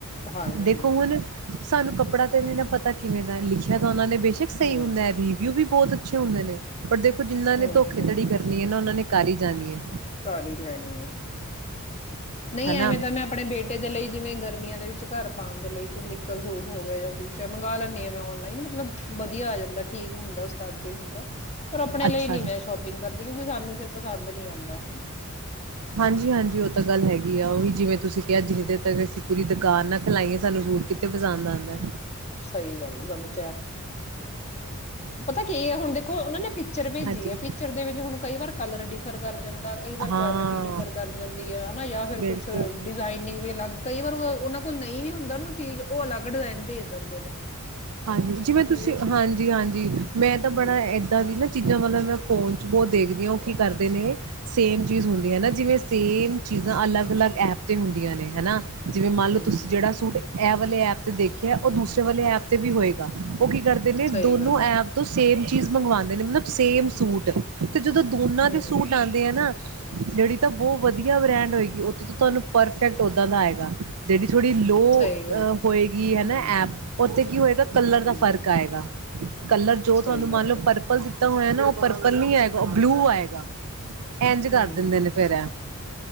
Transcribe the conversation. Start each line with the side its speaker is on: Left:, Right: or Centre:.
Left: ਹਾਂਜੀ,
Right: ਦੇਖੋ ਹੁਣ ਸਾਨੂੰ ਕੱਪੜਾ ਤੇ ਨਹੀਂ ਨਾ ਪਤਾ ਕਿਵੇਂ ਦਾ ਲਿਖਿਆ ਤਾਂ ਉਹਨਾਂ ਨੇ ਬੇਸ਼ੱਕ ਸਹੀ
Left: ਹੂੰ,
Right: ਹੁੰਦਾ ਹੈ ਰਿਵਿਊ ਵੀ ਬਹੁਤ ਅੱਛੇ ਹੁੰਦੇ ਨੇ ਪਰ ਦੇਖੋ ਜਿਹਨਾਂ ਨੇ
Left: ਹੂੰ,
Right: ਧੋਖੇਧੜੀ
Left: ਹੂੰ,
Right: ਕਰਨੀ ਹੈ ਨਾ ਉਹਨਾਂ ਨੇ ਕਰੀ ਹੀ ਜਾਣੀ ਹੈ
Left: ਘਰ ਹੀ ਲੈਣੀ ਆ ਨਹੀਂ
Right: ਹਨਾ
Left: ਐਵੇਂ ਤਾਂ ਮੈਂ ਆਪਣੇ ਬੇਟੇ <unintelligible> ਗਰਮੀਆਂ ਦੇ ਵਿੱਚ ਘਰ ਪਾਉਣ ਦੇ ਲਈ ਕੋਈ ਨਿੱਕਰ ਸੂਟ ਹੋ ਗਿਆ ਜਾਂ ਕੁਛ ਮੰਗ ਲੈਂਦੀ ਆਾਂ ਮੈਂ ਔਨਲਾਈਨ ਮਤਲਬ ਵਧੀਆ ਆ ਜਾਂਦਾ ਠੀਕ ਹੁੰਦਾ ਸਟੱਬ ਵੀ ਹੁੰਦਾ ਪਰ ਆਪਣੇ
Right: ਅੱਛਾ
Left: ਲਈ ਨੀ ਮੈਂ ਸ਼ੋਪਿੰਗ ਕਰਦੀ ਕਿਉਂਕਿ ਸਾਨੂੰ ਫਿਰ ਪਸੰਦ ਨੀ ਆਉਂਦਾ ਹਨਾ।
Right: ਹਾਂਜੀ ਹਾਂਜੀ ਉਹ ਤਾਂ ਗੱਲ ਹੈਗੀ ਉਹੀ ਜਿਵੇਂ ਤੁਸੀਂ ਕਿਹਾ ਜਿੰਨੀ ਦੇਰ ਤੱਕ ਅਸੀਂੂਰੀ ਦੁਕਾਨ ਨਾਲ ਖਿਲਾਈਏ ਸਾਨੂੰ ਫਰੂਟ ਕਿਤੇ ਪਸੰਦ ਆਂਦਾ
Left: ਸਹੀ ਗੱਲ ਸਾਨੂੰ ਪਤਾ ਕੀ ਹੈ ਹੁਣ ਦੇਖੋ ਉਹਨਾਂ ਨੇ ਪਿਕਚਰ ਭੇਜੀ
Right: ਹਾਂਜੀ
Left: ਹੈ ਪਿਕਚਰ ਦੇ ਵਿੱਚ ਹੁਣ ਕਈ ਵਾਰ ਕਲਰ ਡਿਫਰ ਕਰ ਜਾਂ ਕਈ ਵਾਰ
Right: ਹਾਂ
Left: ਕੁਆਲਿਟੀ ਡਿਫਰ ਕਰ ਜਾਂਦੀ ਹੈ ਹਨਾ ਜਾਂ ਫਿਰ
Right: ਬਿਲਕੁਲ
Left: ਕੁਛ ਡਿਜ਼ਾਇਨਿੰਗ ਵੀ ਅਲੱਗ ਕਈ ਵਾਰ ਪਰ ਉਹਨਾਂ ਕੋਲ ਨਹੀਂ ਵੀ ਹੁੰਦਾ ਨਾ ਚੀਜ਼ ਉਹ ਅਲੱਗ ਡਿਜ਼ਾਇਨ ਤੇ ਦਿੰਦੇ ਨੇ
Right: ਹਾਂਜੀ ਜਿਵੇਂ ਤੁਸੀਂ
Left: ਵੀ
Right: ਹਾਂਜੀ ਹਾਂਜੀ ਮੈਂ ਤਾਂ ਬੜਾ
Left: ਹੂੰ
Right: ਇੱਦਾਂ ਦੀ ਨਾ ਚੀਜ਼ਾਂ ਮਤਲਬ ਮੈਂ ਫੋਨ ਬਹੁਤ ਦੇਖਦੀ ਹ ਉਹ ਕੀ ਕਰਦੇ ਨੇ ਸੇਮ ਚੀਜ਼ ਹੁੰਦੀਆਂ ਹਨ ਨਾ ਜਿਵੇਂ ਸੇਮ ਚੀਜ਼ਾਂ ਅਲੱਗ ਅਲੱਗ ਐਪ ਤੇ ਹੁੰਦੀਆਂ ਨੇ ਹਨਾ ਜਿਵੇਂ ਮੰਨ
Left: ਹੂੰ
Right: ਲਓ ਤੁਸੀਂ ਜਿਹੜਾ ਸੂਟ ਐ ਵਾਲੇ ਐਪ ਦੇਖੀਏ ਉਹ ਦੂਸਰੇ ਵਾਲੇ ਐਪ ਤੇ ਵੀ ਹੋਏਗਾ ਉਹ ਕੀ ਕਰਦੇ ਨੇ
Left: ਸਹੀ
Right: ਦੋਨੋ
Left: ਗੱਲ
Right: ਐਪ
Left: ਹੈ
Right: ਤੋਂ ਸੇਮ ਚੀਜ਼ ਮੰਗਵਾਉਂਦੇ ਨੇ ਮਤਲਬ ਸੇਮ ਸੂਟ ਤੇ ਜਦੋਂ ਦੋਨਾਂ
Left: ਹੂੰ
Right: ਦੇ ਸੂਟ ਆਉਂਦੇ ਆ ਨਾ ਜਿਹੜੀ ਤਾਂ ਬਹੁਤ ਵਧੀਆ ਬ੍ਰੈਂਡ ਹੋਏਗੀ ਉਹਥੋਂ ਤਾਂ ਤੁਹਾਨੂੰ ਪਰਫੈਕਟ ਓਦਾਂ ਦਾ ਆਏਗਾ ਜਿਹੜੀ ਥੋੜ੍ਹੀ ਲੋਅ
Left: ਸਹੀ ਗੱਲ ਹੈ
Right: ਹੋਏਗੀ ਹੈ ਨਾ
Left: ਹੂੰ
Right: ਐਪ ਉੱਥੇ ਕਲਰ
Left: ਹੂੰ
Right: ਦਾ ਫ਼ਰਕ ਆਏਗਾ ਕਲਰ ਜੋ ਤੁਹਾਨੂੰ
Left: ਸਹੀ
Right: ਮੰਨ
Left: ਗੱਲ
Right: ਲਓ
Left: ਹੈ
Right: ਪਰਪਲ ਦੀ ਤਾਂ ਹੋਇਆ ਨਾ ਉਹ ਪਰਪਲ ਨੀ ਆਏਗਾ ਉਹ ਬਲੂ ਆਏਗਾ ਇੰਝ ਕਰ
Left: ਹੂੰ
Right: ਦਿੰਦੇ ਨੇ ਫੇਿਰ